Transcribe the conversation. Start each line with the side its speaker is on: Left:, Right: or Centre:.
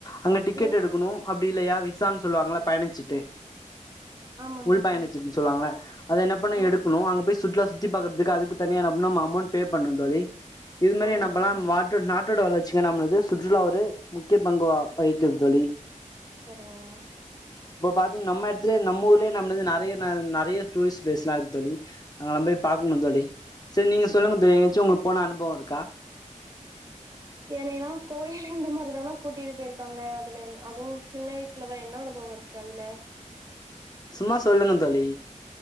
Left: அங்க டிக்கெட்
Right: ம்
Left: எடுக்கணு அப்பிடி இல்லையா விஷ விஸான்னு சொல்லுவாங்கள பயணிச்சீட்டு
Right: ஆமாங்க
Left: உள் பயணச்சீட்டுன்னு சொல்லுவாங்களா அத என்ன பண்ண
Right: ஆ
Left: எடுக்கணு அங்க போய்ஸ் சுற்றுல சுத்தி பாக்கறதுக்கு அதுக்கு தனியா நம்மளு அமௌண்ட் பே பண்ணு தோழி இது மாரி
Right: ஆமாண்ணா
Left: நம்பலா வாட்ர் நாட் ட்தோட வளர்ச்சிக்க நம்லுது சுற்றுலா ஒரு முக்கிய பங்கு வகிக்து தோழி
Right: சரிங்கண்ணா
Left: இப்ப பாத்தீங் நம்ம இடத்துல நம் ல்லே நம்லுது நெறைய நெறைய டூரிஸ்ட் பிளேஸ்ல்லா இருக்கு தோழி அங்கெல்லா போய் பாக்கணு தோழி சேரி நீங்கள் சொல்லுங்க தோழி எங்காச்சும் உங்களுக்கு அனுபவக்கு <inaudible>
Right: என்னையல்லா கோயில் இந்த மாரிதானா கூட்டிட்டு போயிருக்காங்க அதுல அதுவும் சின்ன வயசுலதா என்ன அனுபவ இருக்கு அதுல
Left: சும்மா சொல்லுங்க தோழி